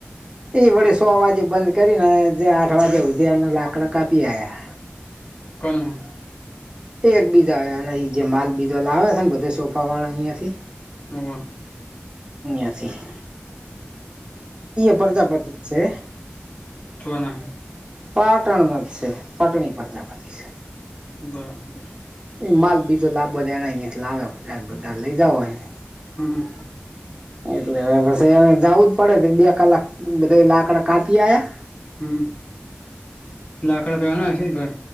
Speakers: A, on the right; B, on the left.
A: એ વળી સો વાગે બંધ કરીને, જે આઠ વાગે ઉધી અને લાકડ કાપી આવ્યા.
B: કોણ?
A: એ એકબીજાના જે માલ બીજો લાવ્યા છે ને, બધા સોફા વાળા યાથી
B: ન
A: અથી પ્રજાપતિ છે.
B: છો ને.
A: પાટણનો જ છે. પાટણી પ્રજાપધી છે.
B: બરાબર
A: એ માલ બીજો લાવોના અહીંયા લાવે <unintelligible> લઈ જાવઓ અહીંયા
B: હમ
A: એટલે એને પછી જવું જ પડે બે કલાક બધા લાકડા કાપી આયા
B: હમ લાકડા તો <unintelligible>